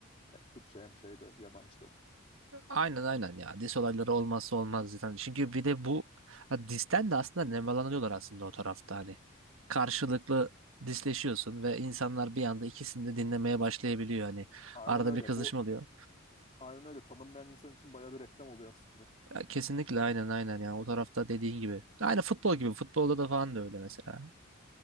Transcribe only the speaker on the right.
Aynen aynen ya. Dis olayları olmazsa olmaz zaten. Çünkü bir de bu ha, disten de aslında nemalanıyorlar aslında o tarafta hani. Karşılıklı disleşiyorsun ve insanlar bir anda ikisini de dinlemeye başlayabiliyor hani.
Arada
bir kızışma
oluyor.
Ya, kesinlikle aynen aynen ya. O tarafta dediğin gibi. Aynı futbol gibi. Futbolda da falan da öyle mesela.